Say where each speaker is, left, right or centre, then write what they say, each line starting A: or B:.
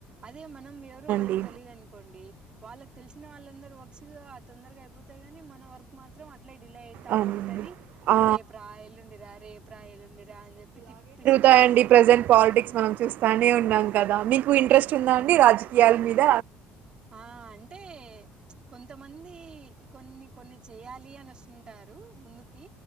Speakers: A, on the right; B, on the right.
A: అదే మనం ఎవరో వాళ్ళకి
B: అవునండి
A: తెలియద్ అనుకోండి. వాళ్ళకి తెలిసిన వాళ్ళందరు వర్క్స్గా తొందరగా అయిపోతాయ్ గానీ మన వర్క్ మాత్రం ట్లే డిలే అయితా
B: అవునండి
A: ఉంటది.
B: ఆ
A: రేపు రా, ఎల్లుండి రా, రేపు రా, ఎల్లుండి రా, అని జేప్పి తిప్పిస్తా
B: కాయండి. ప్రజెంట్ పాలిటిక్స్ మనం చూస్తానే ఉన్నాం కదా. మీకు ఇంట్రెస్ట్ ఉందాడ్ నీ రాజకీయాల మీద
A: ఆ అంటే కొంతమంది కొన్ని కొన్ని చేయాలి, అని వసుంటారు ముందుకి.